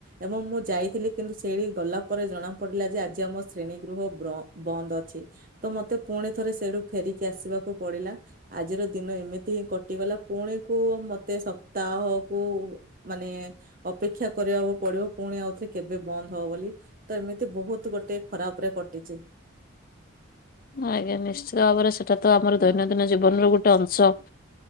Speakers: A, on the right; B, on the left.
A: ଏବଂ ମୁଁ ଯାଇଥିଲି କିନ୍ତୁ ଶ୍ରେଣୀକି ଗଲାପରେ ଜଣା ପଡିଲା ଯେ ଆଜି ଆମ ଶ୍ରେଣୀ ଗୃହ ବ୍ର-ବନ୍ଦ ଅଛି, ତ ମତେ ପୁଣି ଥରେ ସେଇଠୁ ଫେରିକି ଆସିବାକୁ ପଡିଲା ଆଜିର ଦିନ ଏମିତି ହିଁ କଟିଗଲା, ପୁଣିକୁ ମତେ ସପ୍ତାହକୁ ମାନେ ଅପେକ୍ଷା କରିବାକୁ ପଡିବ ପୁଣି ଆଉଥରେ କେବେ ବନ୍ଦ ହବ ବୋଲି ତ ଏମିତି ବୋହୁତ ଗୋଟେ ଖରାପ ଉପରେ କଟିଚି।
B: ଆଜ୍ଞା ନିଶ୍ଚିତ ଭାବରେ ସେଟା ତ ଆମର ଦୈନନ୍ଦିନ ଜୀବନର ଗୋଟେ ଅଂଶ।